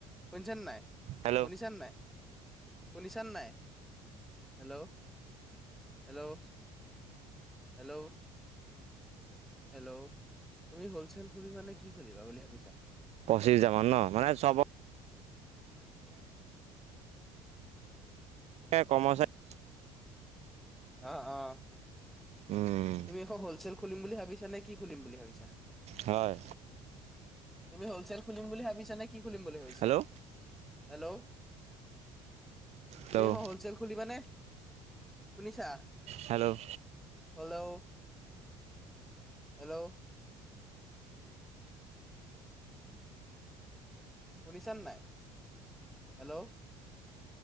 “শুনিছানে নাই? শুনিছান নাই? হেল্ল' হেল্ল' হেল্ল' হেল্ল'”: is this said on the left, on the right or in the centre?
Centre